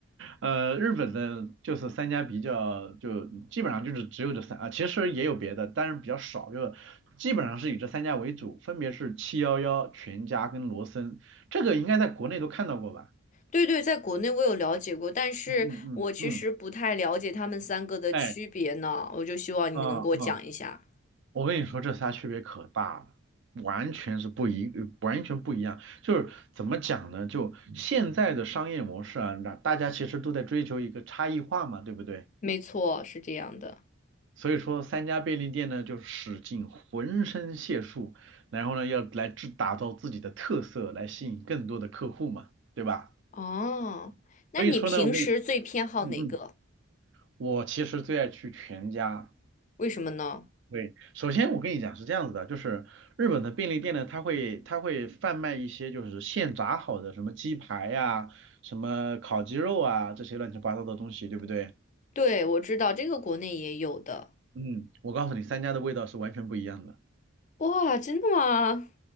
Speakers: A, on the right; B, on the left.
A: 呃，日本的就是三家比较，就基本上就是只有这三啊，其实也有别的，但是比较少，就基本上是以这三家为主，分别是七幺幺、全家跟罗森，这个应该在国内都看到过吧？
B: 对对，在国内我有了解过，但是我其实不太了解他们三个的区别呢，
A: 嗯嗯嗯嗯，哎，
B: 我就希望你能给我讲一下。
A: 嗯嗯。啊我跟你说，这仨区别可大了，完全是不一，呃完全不一样。就是怎么讲呢？就现在的商业模式啊，那大家其实都在追求一个差异化嘛，对不对？
B: 没错，是这样的。
A: 所以说，三家便利店呢，就使尽浑身解数，然后呢，要来制打造自己的特色，来吸引更多的客户嘛，对吧？
B: 哦，那你平时最偏好哪个？
A: 所以说呢，我跟你，嗯嗯，我其实最爱去全家，
B: 为什么呢？
A: 对，首先我跟你讲是这样子的，就是日本的便利店呢，它会它会贩卖一些就是现炸好的什么鸡排呀、什么烤鸡肉啊这些乱七八糟的东西，对不对？
B: 对，我知道这个国内也有的。
A: 嗯，我告诉你，三家的味道是完全不一样的。
B: 哇，真的吗？